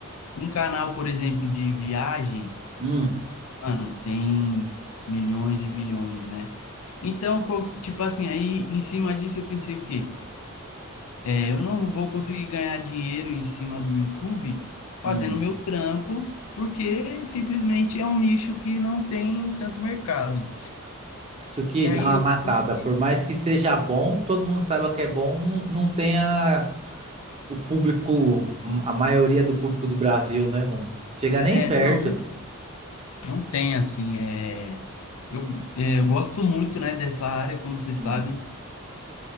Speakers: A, on the left; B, on the right.
A: Um canal, por exemplo, de viagem,
B: Hum.
A: mano, tem milhões e milhões, né? Então, co- tipo assim, aí em cima disso eu pensei o quê? É, eu não vou conseguir ganhar dinheiro em cima do YouTube fazendo
B: Hum,
A: meu trampo, porque simplesmente é um nicho que não tem tanto mercado.
B: Isso que
A: E aí
B: dá uma
A: eu
B: matada.
A: comecei.
B: Por mais que seja bom, todo mundo saiba que é bom, não, não tenha o público, hum, a maioria do público do Brasil, né, mano? Chega
A: É,
B: nem perto.
A: não, não tem assim. É, eu, é, eu gosto muito, né, dessa área, como você sabe,
B: Hum.